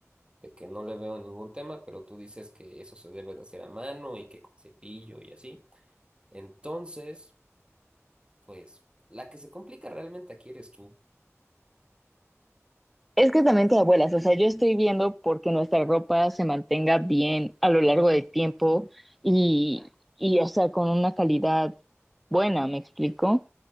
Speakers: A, on the right (about 20°); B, in the centre.
A: De que no le veo ningún tema, pero tú dices que eso se debe de hacer a mano y que con cepillo y así. Entonces, pues, la que se complica realmente aquí eres tú.
B: Es que también te abuelas, o sea, yo estoy viendo porque nuestra ropa se mantenga bien a lo largo del tiempo y, y, o sea, con una calidad buena, ¿me explico?